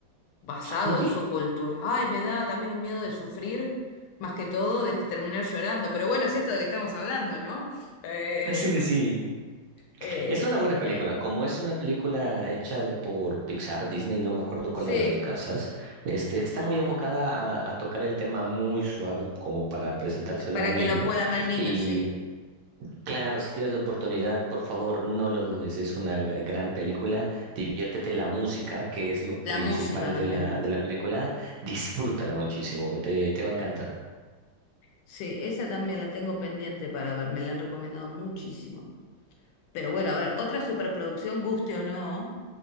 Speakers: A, on the left; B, on the right.
A: basado
B: ¿Por qué?
A: en su cultura. Ay, me da también un miedo de sufrir, más que todo de este, terminar llorando. Pero bueno, es esto de que estamos hablando, ¿no? Eh,
B: Sí, sí, sí.
A: eh,
B: Es una buena
A: me-
B: película. Como es una película hecha de, por Pixar, Disney, no me acuerdo cuál
A: sí,
B: de las dos casas, este, está muy enfocada a, a tocar el tema muy suave como para presentárselo
A: que para
B: a un niño.
A: que lo puedan ver niños,
B: Y
A: sí.
B: claro, si tienes la oportunidad, por favor, no lo dudes. Es una g- gran película. Diviértete la música, que es lo
A: La
B: principal
A: música también.
B: de la, de la película. Disfrútala muchísimo. Te, te va a encantar.
A: Sí, esa también la tengo pendiente para ver, me la han recomendado muchísimo. Pero bueno, a ver, otra superproducción, guste o no,